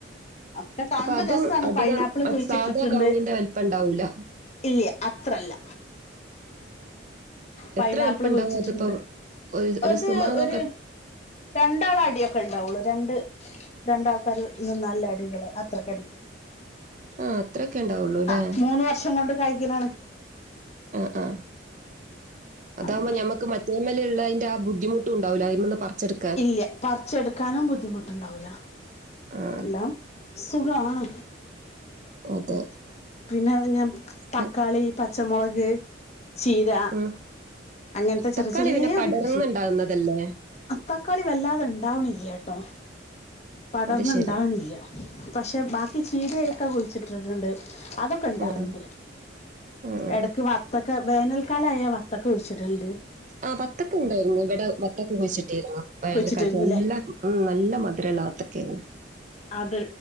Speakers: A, on the left (about 35°); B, on the right (about 40°).
A: <inaudible> കാണുമ്പോ
B: അപ്പൊ അതും
A: രസാ ണ്
B: അധികം
A: പൈനാപ്പിള്
B: അ-
A: കുഴിച്ചിട്ടിട്ടുണ്ട്
B: സാധാ കവുങ്ങിന്റെ വലിപ്പം ഇണ്ടാവൂല
A: ഇല്യ അത്രല്ല പൈനാപ്പിള്
B: എത്ര വലിപ്പണ്ടാവും
A: കുഴിച്ചിട്ട്ണ്ട്.
B: അതിപ്പോ ഒരു ഒരു
A: അത്,
B: സുമാറ് നോക്ക
A: ഒരു രണ്ടാളെ അടിയൊക്കെ ഇണ്ടാവൊള്ളു. രണ്ട് രണ്ട് ആൾക്കാര്, നിന്നാല്ള്ള അടികള് അത്രക്കെന്നെ
B: ആഹ് അത്രൊക്കെ ഉണ്ടാവുള്ളൂ ല്ലേ
A: ആഹ് മൂന്ന് വർഷം കൊണ്ട് കായ്ക്കുന്നാണ്
B: ആഹ് ആഹ് അതാവുമ്പ
A: അങ്ങനെ
B: ഞമക്ക് മറ്റെമ്മേലുള്ള അയിന്റെ ആ ബുദ്ധിമുട്ടുണ്ടാവില്ല അതിമ്മെന്നു പറിച്ചെടു
A: ഇല്ല്യ പറിച്ചെടുക്കാനും ബുദ്ധിമുട്ടുണ്ടാവൂല
B: ആഹ്
A: എല്ലാം സുഖാണ്
B: അതെ
A: ഉം പിന്നാണ് ഞാൻ തക്കാളി
B: ഉം
A: പച്ചമുളക് ചീര.
B: ഉം.
A: അങ്ങനത്തെ ചെറിയ,
B: തക്കാളി
A: ചെറിയൊരു
B: പിന്നെ പടർന്നുണ്ടാകുന്നതല്ലേ
A: കൃഷി തക്കാളി വല്ലാതെ ഉണ്ടാവണില്യ ട്ടോ <unintelligible>
B: അത്
A: ഇണ്ടാകണില്ല.
B: ശരി
A: പക്ഷെ, ബാക്കി ചീരയൊക്കെ കുഴിച്ചിട്ടിട്ടുണ്ട്. അതോ ക് ഉണ്ടാവണ്ട്
B: ആ ആ ആ ആ
A: ഇടക്ക് വത്തൊക്കെ വേനൽക്കാലായ വത്തക്ക കുഴിച്ചിട്ടുണ്ട്
B: ആഹ്, ബത്തക്ക ണ്ടായിരുന്നു. ഇവിടെ ബത്തക്ക കുഴിച്ചിട്ടേര്ന്നു. വേനൽകാലത്ത്,
A: കുഴിച്ചിട്ടിരുന്നുല്ലേ
B: അതെല്ലാം ഉം നല്ല മധുരൊള്ള ബത്തക്കയരുന്ന്
A: അത്,